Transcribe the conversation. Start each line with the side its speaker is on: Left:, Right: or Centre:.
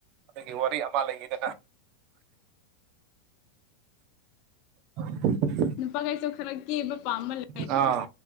Right: ꯑꯗꯨꯒꯤ ꯋꯥꯔꯤ ꯑꯃ ꯂꯩꯒꯤꯗꯅ ꯑ
Left: ꯅꯨꯄꯥ ꯀꯩꯁꯨ ꯈꯔ ꯀꯦꯕ ꯄꯥꯝꯕꯃ ꯂꯩ
Right: ꯑꯥ